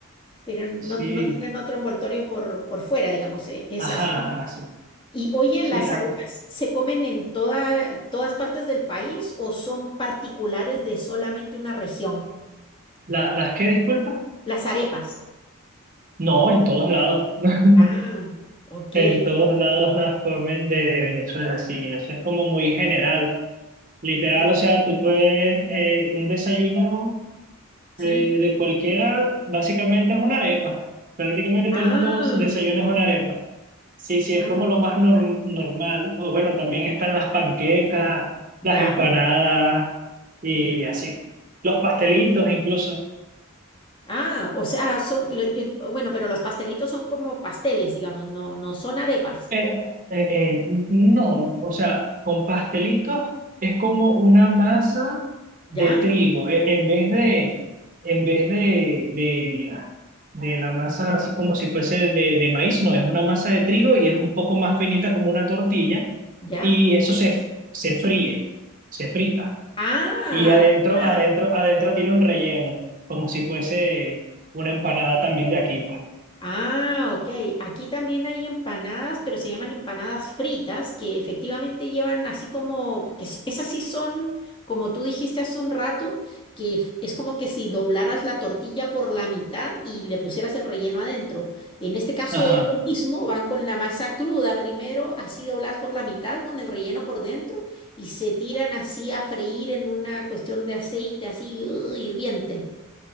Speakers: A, on the left; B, on the right.
A: pero no,
B: Sí.
A: no tienen otro envoltorio por, por fuera, digamos, e- es
B: Ajá,
A: así.
B: ajá, sí.
A: Y oye,
B: Sí,
A: ¿las
B: ah,
A: arepas se comen en toda, todas partes del país o son particulares de solamente una región?
B: la, ¿las qué, disculpa?
A: Las arepas.
B: No, en todos lados. <laughs>
A: Ah, ok.
B: En todos lados las comen de, de Venezuela, sí. Eso es como muy general. Literal,
A: Ah,
B: o sea, tú puedes, eh, un desayuno
A: sí.
B: eh, de cualquiera, básicamente es una arepa. Prácticamente todo
A: Ah,
B: el mundo los desayunos es una arepa. Sí, sí, es
A: ah,
B: como lo más norm- normal. O bueno, también están las panquecas,
A: ya.
B: las empanadas y así. Los pastelitos incluso.
A: Ah, o sea, son, lo- eh, bueno, pero los pastelitos son como pasteles, digamos, no, no son arepas.
B: Eh, eh, eh, no, o sea, con pastelitos es como una masa
A: ¿Ya?
B: de trigo. e- En vez de, en vez de, de, la, de la masa así como si fuese de, de maíz, no, es una masa de trigo y es un poco más finita como una tortilla.
A: ¿Ya?
B: Y eso se, f- se fríe, se frita.
A: Ah,
B: Y adentro,
A: ya.
B: adentro, adentro tiene un relleno, como si fuese una empanada también de aquí, pues.
A: Ah, ok. Aquí también hay empanadas, pero se llaman empanadas fritas, que efectivamente llevan así como, que es- esas sí son, como tú dijiste hace un rato, que f- es como que si doblaras la tortilla por la mitad y le pusieras el relleno adentro. En este caso
B: Ajá.
A: es lo mismo, van con la masa cruda primero, así dobladas por la mitad, con el relleno por dentro, y se tiran así a freír en una cuestión de aceite así, ¡ugh! hirviente.